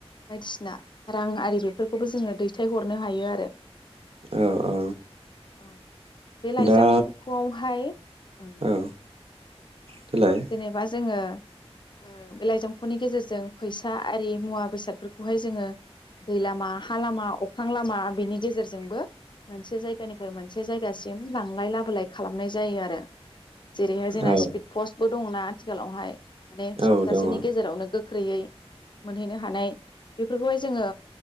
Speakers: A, on the left; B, on the right.
A: बायदिसिना रां आरि बेफोरखौबो जोङो दैथायहरनो हायो आरो
B: औ औ
A: औ बे लाइजामखौआवहाय
B: दा
A: ओं
B: औ औ देलाय
A: जेनेबा जोङो ओ बे लाइजाम न'खरनि गेजेरजों फैसा आरि मुवा बेसादफोरखौहाय जोङो दै लामा हा लामा अख्रां लामा बिनि गेजेरजोंबो मोनसे जायगानिफ्राय मोनसे जायगासिम लांलाय लाबोलाय खालामनाय जायो आरो जेरैहाय जोंना
B: औ
A: स्पिड पस्ट ब दंना आथिखालावहाय माने सप्तासेनि
B: औ दङ औ
A: गेजेरावनो गो गोख्रैयै मोनहैनो हानाय बेफोरखौहाय जोङो